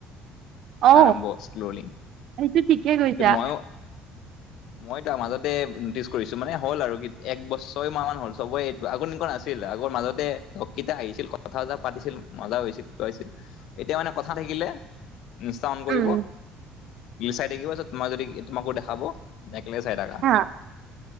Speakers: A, on the right (about 55°); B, on the left (about 60°).
A: অ
B: আৰম্ভ স্ললি
A: সেইটো ঠিকে কৈছা
B: এ মইও মই তাৰ মাজত। নটিচ কৰিছো মানে হ'ল আৰু এক বছ ছয় মাহ মান হ'ল চবে এইটো আগত এনেকুৱা নাছিল আগৰ মাজতে লগ কিটা আহিছিল কথা পাতিছিল মজাও হৈছিল ক হৈছিল। এতিয়া মানে কথা থাকিলে ইষ্ঠা অন কৰিব।
A: উম
B: ৰিল চাই থাকিব তোমাক যদি তোমাকো দেখাব একেলগে চাই থাকা
A: হা